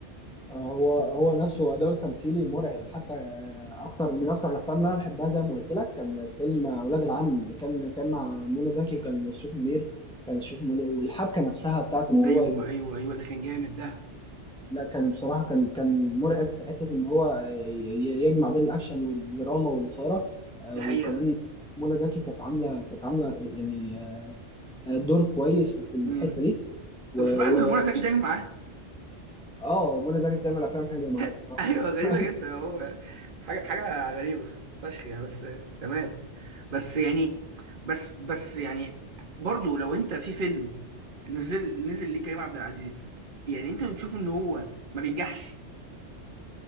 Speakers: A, in the centre; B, on the right (about 45°).
A: آه، هو هو نفسه اداؤه التمثيلي مرعب حتى آه، اكتر من اكتر الافلام اللي انا بحبها زي ما قلت لك كان فيلم اولاد العم اللي كان كان مع منى زكي وكان شريف منير كان شريف منير والحبكه نفسها بتاعت ان هو
B: ايوه ايوه ايوه ده كان جامد ده
A: لا كان بصراحة كان كان مرعب في حتة إن هو ي- ي- يجمع بين الأكشن والدراما والإثارة آه،
B: دي
A: وكمان
B: حقيقه
A: منى زكي كانت عاملة كانت عاملة يعني آه، دور كويس في الحتة
B: امم
A: دي
B: انت
A: و
B: مش ملاحظ
A: و
B: ان منى زكي دايما معاه
A: آه منى زكي بتعمل أفلام حلوة معايا بصراحة
B: <laughs> ايوه غريبه
A: <laughs>
B: جدا اهو حاجه حاجه غريبه فشخ يعني بس تمام بس يعني بس بس يعني برضو لو انت في فيلم نزل نزل ليه كريم عبد العزيز يعني انت بتشوف ان هو ما بينجحش